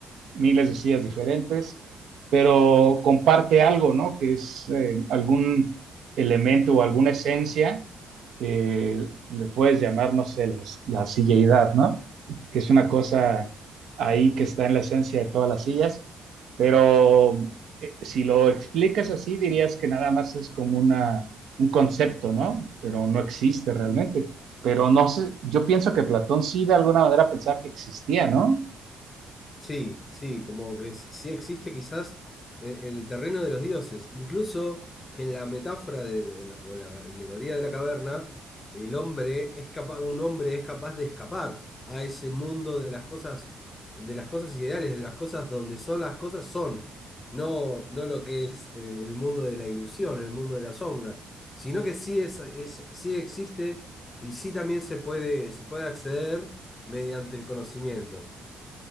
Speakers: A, on the right; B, on the left.
A: miles de sillas diferentes, pero comparte algo, ¿no? Que es eh, algún elemento o alguna esencia que le puedes llamar, no sé, las- la, silleidad, ¿no? Que es una cosa ahí que está en la esencia de todas las sillas, pero eh, si lo explicas así, dirías que nada más es como una, un concepto, ¿no? Pero no existe realmente. Pero no sé, yo pienso que Platón sí de alguna manera pensaba que existía, ¿no?
B: Sí, sí, como que s- sí existe quizás en, en el terreno de los dioses, incluso que en la metáfora de, de la, o la alegoría de la caverna, el hombre es capaz, un hombre es capaz de escapar a ese mundo de las cosas, de las cosas ideales, de las cosas donde son las cosas son, no, no lo que es el, el mundo de la ilusión, el mundo de las sombras, sino que sí es, es, sí existe y sí también se puede, se puede acceder mediante el conocimiento.